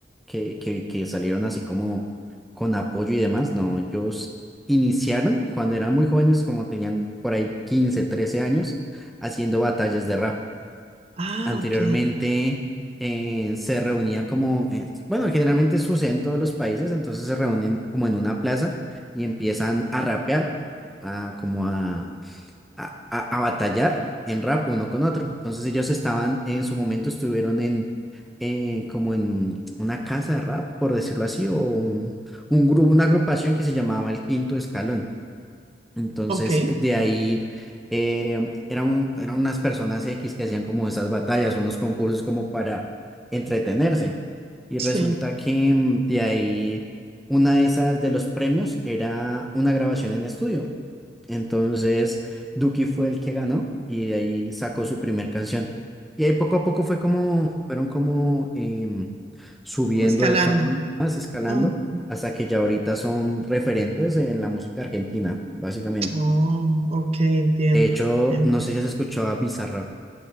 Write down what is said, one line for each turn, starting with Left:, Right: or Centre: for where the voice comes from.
Centre: que, que, que salieron así como con apoyo y demás, no, ellos iniciaron cuando eran muy jóvenes, como tenían por ahí 15 13 años, haciendo batallas de rap
Right: Ah,
Centre: anteriormente
Right: ok,
Centre: eh, se reunía como, eh, bueno, generalmente sucede en todos los países, entonces se reúnen como en una plaza y empiezan a rapear, a, como a, a, a- a batallar en rap uno con otro. Entonces ellos estaban, en su momento estuvieron en, eh, como en una casa de rap, por decirlo así, o un, un grupo, una agrupación que se llamaba El Quinto Escalón. Entonces,
Right: ok,
Centre: de ahí eh, eran, eran unas personas X que hacían como esas batallas, unos concursos como para entretenerse. Y
Right: sí,
Centre: resulta que mm, de ahí una de esas de los premios era una grabación en estudio. Entonces, Duki fue el que ganó y de ahí sacó su primer canción. Y ahí poco a poco fue como, fueron como em, subiendo
Right: como escalando.
Centre: de fama y demás, escalando,
Right: Mm,
Centre: hasta que ya ahorita son referentes en la música argentina, básicamente.
Right: Oh, ok, entiendo,
Centre: De hecho,
Right: entiendo.
Centre: no sé si has escuchado a Bizarrap.